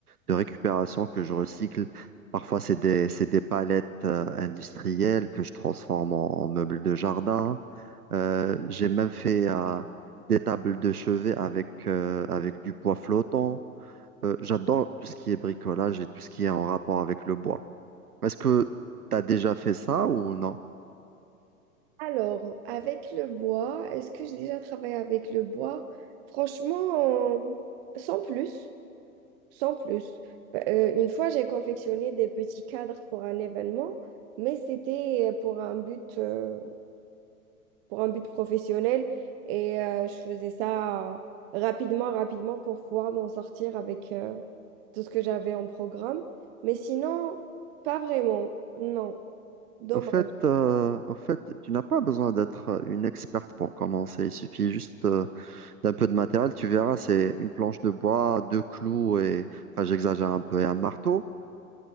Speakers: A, on the right; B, on the right.
A: de récupération que je recycle. Parfois, c'est des, c'est des palettes euh, industrielles que je transforme en, en meubles de jardin. Euh, j'ai même fait euh, des tables de chevet avec, euh, avec du bois flottant. Euh, j'adore tout ce qui est bricolage et tout ce qui est en rapport avec le bois. Est-ce que tu as déjà fait ça ou non?
B: Alors, avec le bois, est-ce que j'ai déjà travaillé avec le bois? Franchement, euh, sans plus, sans plus. Bah, Euh, une fois, j'ai confectionné des petits cadres pour un événement, mais c'était pour un but, euh, pour un but professionnel. Et euh, je faisais ça euh, rapidement, rapidement pour pouvoir m'en sortir avec euh, tout ce que j'avais en programme. Mais sinon, pas vraiment. Non, dommage.
A: En fait, euh, en fait, tu n'as pas besoin d'être euh, une experte pour commencer. Il suffit juste euh, d'un peu de matériel. Tu verras, c'est une planche de bois, deux clous et, enfin, j'exagère un peu, et un marteau.